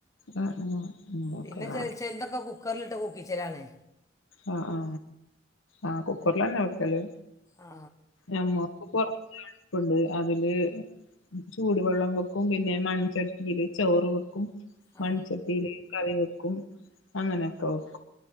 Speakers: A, on the left (about 85°); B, on the left (about 15°).
A: ആഹ് ആഹ് അങ്ങനെ വെക്കുലേ
B: പിന്നെ ചച്ച എന്തൊക്കെ കു കുക്കറിലിട്ട് കുക്കിച്ചിലാണേ
A: ആ ആ ആ കുക്കറിലാന്നെ അടുക്കല്
B: ആ
A: നമ്മക്ക് പറത്ത എഴപ്പുണ്ട് അതില് ചൂടുവെള്ളം വെക്കും പിന്നെ മൺചട്ടിയില് ചോറ് വെക്കും
B: ആ
A: മൺചട്ടിയില കറി വെക്കും അങ്ങനെയൊക്കെ വെക്കും